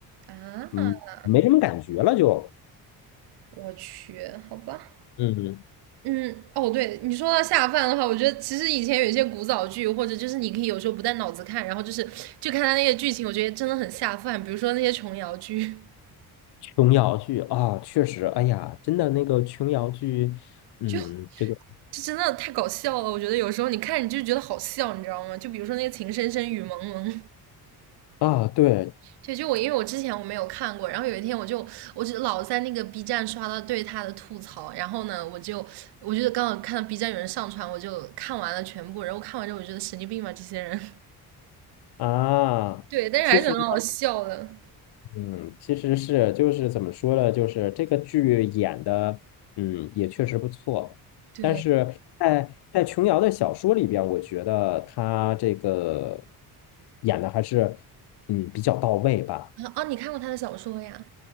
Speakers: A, on the right; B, on the left.
A: 啊！
B: 嗯没什么感觉了就。
A: 我去，好吧。
B: 嗯，
A: 嗯，哦，对你说到下饭的话，我觉得其实以前有一些古早剧，或者就是你可以有时候不带脑子看，然后就是就看他那些剧情，我觉得真的很下饭。比如说那些琼瑶剧，
B: 琼瑶剧啊，确实，哎呀，真的那个琼瑶剧，嗯，
A: 就
B: 这个
A: 就真的太搞笑了。我觉得有时候你看你就觉得好笑，你知道吗？就比如说那个《情深深雨蒙蒙》，
B: 啊，对
A: <laughs> 就就我因为我之前我没有看过，然后有一天我就我就老在那个 B 站刷到对他的吐槽，然后呢，我就我就刚好看到 B 站有人上传，我就看完了全部，然后看完之后我觉得神经病吧这些人。
B: 啊，
A: 对，但是还是很好笑的。
B: 其实。嗯，其实是就是怎么说呢，就是这个剧演的，嗯，也确实不错。
A: 对，
B: 但是在在琼瑶的小说里边，我觉得她这个演的还是嗯比较到位吧。
A: 啊哦，你看过他的小说呀？